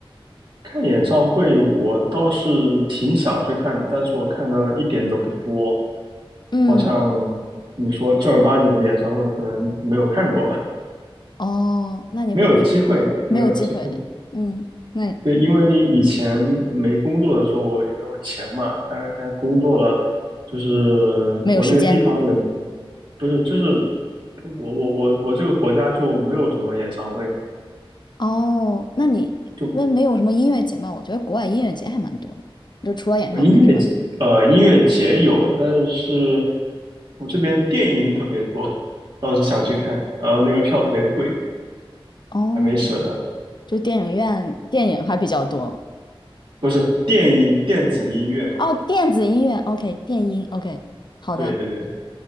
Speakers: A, on the right; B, on the left.
A: 看演唱会，我倒是挺想去看的，但是我看的一点都不多。
B: 嗯，
A: 好像你说正儿八经的演唱会可能没有看过吧，
B: 哦，那你会去？
A: 没有机会，
B: 没有机会。
A: 没有机会。
B: 嗯，那
A: 对，因为以前没工作的时候也没有钱嘛，但是现在工作了，就是
B: 没有时间。
A: 我那个地方也不是，就是我我我我这个国家就没有什么演唱会，
B: 哦，那你那没有什么音乐节吗？
A: 就
B: 我觉得国外音乐节还蛮多的，就除了演唱会之外。
A: 呃音乐节呃音乐节有，但是我这边电音特别多，<laughs> 倒是想去看，然后那个票特别贵，
B: 哦，
A: 还没舍得。
B: 就电影院电影还比较多。
A: 不是电音，电子音乐。
B: 哦，电子音乐，OK，电音，OK，好的，
A: 对对对，